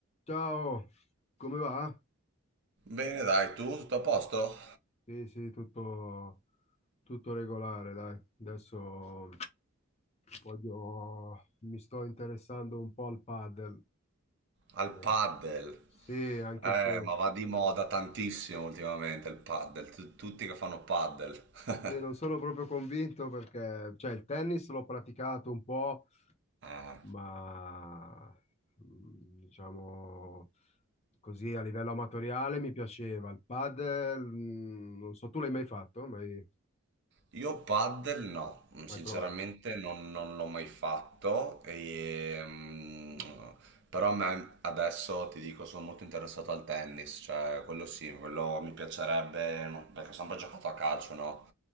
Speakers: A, on the left (about 30°); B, on the right (about 55°).
A: Ciao, come va?
B: Bene, dai, tu tutto a posto?
A: Sì, sì, tutto, tutto regolare, dai. Adesso voglio, mi sto interessando un po' al padel,
B: Al
A: che
B: paddle.
A: sì, anche
B: Eh,
A: se
B: ma va di moda tantissimo ultimamente il paddle. Tu- Tutti che fanno paddle. <laughs>
A: sì, non sono proprio convinto perché, cioè, il tennis l'ho praticato un po',
B: Eh,
A: ma mm, diciamo così a livello amatoriale mi piaceva. Il padel, mm, non so, tu l'hai mai fatto? Mai,
B: io paddle no, mm,
A: mai
B: sinceramente
A: provato?
B: non, non l'ho mai fatto, e, mm, però a me adesso ti dico sono molto interessato al tennis, cioè quello sì, quello mi piacerebbe, no, perché ho sempre giocato a calcio, no?